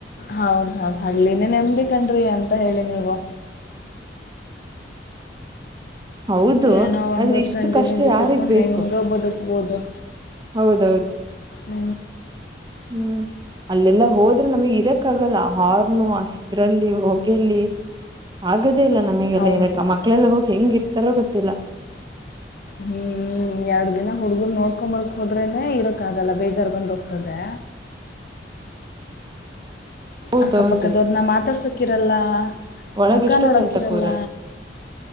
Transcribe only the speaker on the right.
ಹೌದು
ಆದ್ರ
ಇಷ್ಟು
ಕಷ್ಟ
ಯಾರಿಗ್
ಬೇಕು
ಹೌದೌದು <unintelligible>
ಹ್ಮ್ ಅಲ್ಲೆಲ್ಲಾ ಹೋದ್ರೆ ನಮಗ್ ಇರಕ್ ಆಗಲ್ಲ ಹಾರ್ನು ಹಸಿದ್ರಲ್ಲಿ ಹೊಗೆಲ್ಲಿ ಹಾಗ ಹೌದು ಇಲ್ಲ ನಮಗೆಲ್ಲ
ಇರಾಕ್ ಮಕ್ಲೆಲ್ಲ ಹೋಗಿ ಹೆಂಗಿ ಇರ್ತರ ತರ ಗೊತ್ತಿಲ್ಲ
ಹೌದೌದು
ಒಳಗೆ
ಎಷ್ಟೋ
ತಂತ ಕೂರ